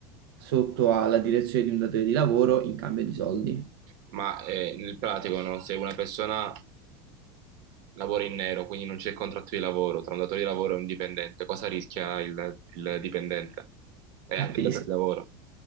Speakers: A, on the right; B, on the right.
A: sotto alla direzione di un datore di lavoro in cambio di soldi.
B: ma eh, nel pratico, no? Se una persona lavora in nero, quindi non c'è contratto di lavoro tra un datore di lavoro e un dipendente, cosa rischia il, il dipendente? E
A: Eh,
B: anche
A: ris-
B: il datore di lavoro.